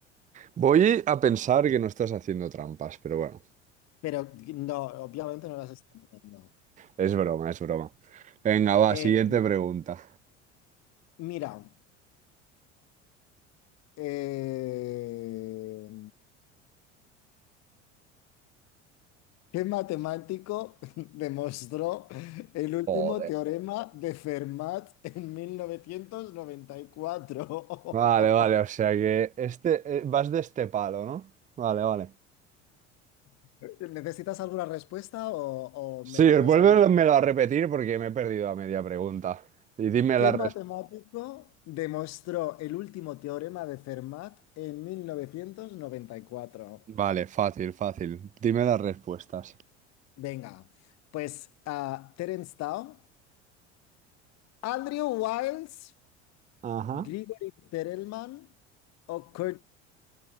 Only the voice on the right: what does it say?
Voy a pensar que no estás haciendo trampas, pero bueno,
es broma, es broma. Venga, va,
siguiente pregunta.
Joder.
Vale, vale, o sea que este, eh, vas de este palo, ¿no? Vale, vale.
Sí,
vuélvemelo
a repetir porque me he perdido a media pregunta. Y dime
las
respuestas.
Vale, fácil, fácil. Dime las respuestas.
Ajá.